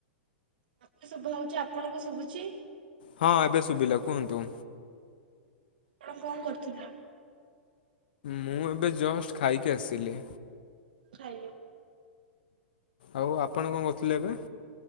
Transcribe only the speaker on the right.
ମତେ ଶୁଭ ହଉଛି ଆପଣଙ୍କୁ ଶୁଭୁଛି?
ଆପଣ କଣ କରୁଥିଲେ?
ଖା